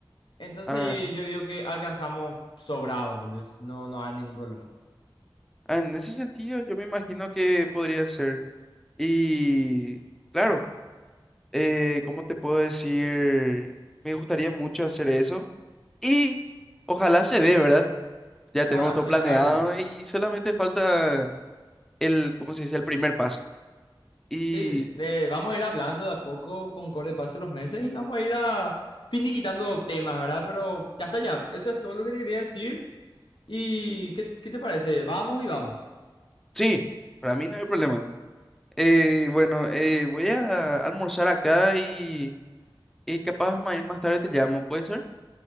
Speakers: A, on the left; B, in the centre.
A: Entonces
B: Ah,
A: yo digo que alcanzamos sobrado, ¿entendés? No, no hay ningún problema.
B: Ah, En ese sentido, yo me imagino que podría ser. Y claro, eh, ¿cómo te puedo decir? Me gustaría mucho hacer eso. Y ojalá se dé, ¿verdad? Ya tenemos
A: Ah,
B: todo
A: sí,
B: planeado
A: claro.
B: y solamente falta el, ¿cómo se dice? El primer paso. Y
A: Sí, eh, vamos a ir hablando de a poco con corte de paso los meses y vamos a ir a finiquitando temas, ¿verdad? Pero ya está ya, eso es todo lo que te quería decir. ¿Y qué, qué te parece? Vamos y vamos.
B: sí, para mí no hay problema. Eh, bueno, eh, voy a almorzar acá y, y capaz ma- más tarde te llamo, ¿puede ser?